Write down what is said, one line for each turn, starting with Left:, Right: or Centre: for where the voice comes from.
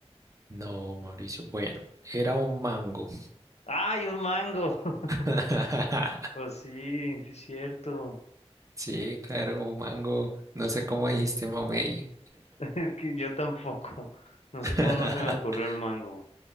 Right: No, Mauricio. Bueno, era un mango.
Left: ¡Ay, un mango! <laughs>
Right: <laughs>
Left: Pues sí, sí es cierto.
Right: Sí, claro, un mango. No sé cómo dijiste mamey.
Left: <laughs> Es que yo tampoco. No sé
Right: <laughs>
Left: cómo no se me ocurrió el mango.